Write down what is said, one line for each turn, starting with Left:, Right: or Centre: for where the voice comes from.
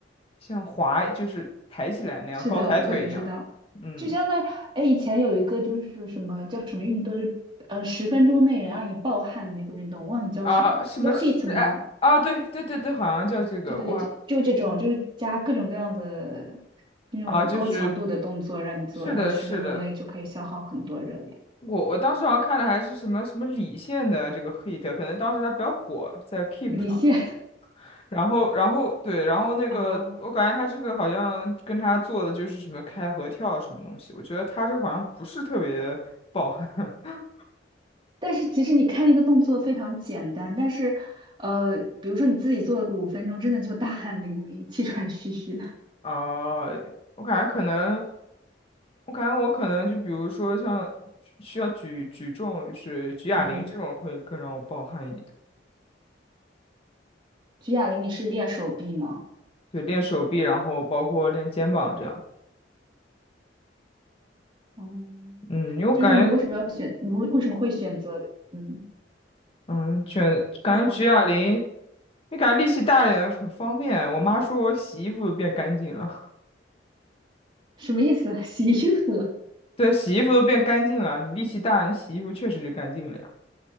Left: 像滑，就是抬起来那样，
Right: 是的，
Left: 高抬腿一样。
Right: 我我知道，
Left: 嗯。
Right: 就相当于哎以前有一个就是什么叫什么运动，就呃十分钟内能让你暴汗的那个运动，忘记叫什么了，
Left: 啊，什么是是哎啊？
Right: 叫 HIIT 吗？
Left: 对对对对，好像叫这个，
Right: 就对对，
Left: 我还
Right: 就就这种，就是加各种各样的那种高强度的动作让你做，
Left: 啊，就是是的，
Right: 然后十分钟内就可以消耗很多热量，
Left: 是的，我我当时好像看的还是什么什么李现的这个 hit，可能当时他比较火，在 Keep
Right: 李现
Left: 上，然后然后对，然后那个我感觉他这个好像跟他做的就是什么开合跳什么东西，
Right: <laughs> 哦，
Left: 我觉得他这个好像不是特别爆 <laughs>
Right: 但是其实你看那个动作非常简单，但是呃，比如说你自己做了个五分钟，真的就大汗淋漓、气喘吁吁的。
Left: 啊，我感觉可能。我感觉我可能就比如说像需要举举重，就是举哑铃这种会更让我暴汗一点。
Right: 嗯，举哑铃你是练手臂吗？
Left: 对，练手臂，然后包括练肩膀这样。
Right: 哦，
Left: 嗯，因为我感觉，
Right: 就是你为什么要选，你为为什么会选择？嗯，
Left: 嗯，卷感觉举哑铃，
Right: 说吧，
Left: 你感觉力气大一点很方便。我妈说我洗衣服都变干净了，
Right: 什么意思啊？<laughs> 洗衣服？
Left: <laughs> 对，洗衣服都变干净了。你力气大，你洗衣服确实就干净了呀。